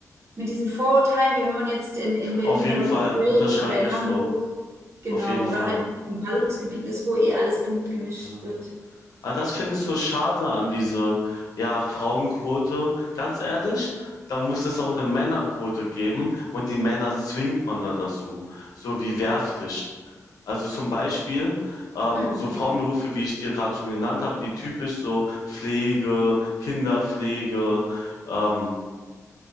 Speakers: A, on the right; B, on the left.
A: mit diesen Vorurteilen, wie wenn man jetzt in, in Berlin
B: Auf jeden
A: oder
B: Fall
A: in Köln
B: unterschreibe
A: oder in
B: ich
A: Hamburg,
B: so.
A: genau,
B: Auf jeden
A: oder
B: Fall.
A: halt in Ballungsgebieten ist, wo eh alles bunt gemischt
B: Ja.
A: wird.
B: Aber das finde ich so schade an diese, ja, Frauenquote. Ganz ehrlich, da muss es auch eine Männerquote geben und die Männer zwingt man da dazu, so wie Wehrpflicht. Also, zum Beispiel, ähm,
A: Hm,
B: so Frauenberufe,
A: ja.
B: wie ich dir gerade schon genannt habe, die typisch so Pflege, Kinderpflege, ähm,